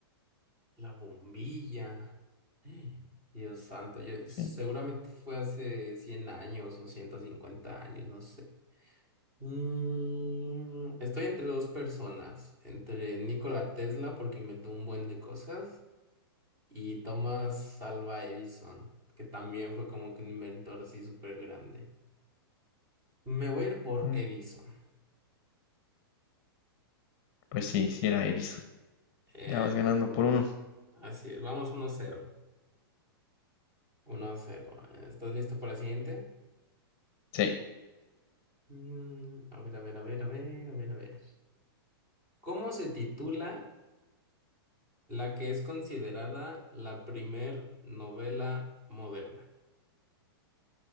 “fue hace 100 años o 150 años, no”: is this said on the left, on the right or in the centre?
Right